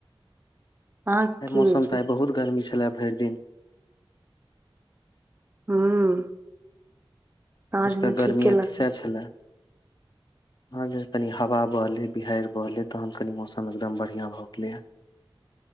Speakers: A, on the right; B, on the left.
A: अहाँके
B: एहि
A: की
B: मौसम
A: होइ छै
B: तऽ आइ बहुत गर्मी छलै भरि दिन
A: हूँ साँझ
B: अजुका
A: मे
B: गर्मी
A: ठीके लगल
B: सेहै छलए आजे कनी हवा बहले बिहाड़ि बहले तहन कनी मौसम एकदम बढ़िया भए गेलै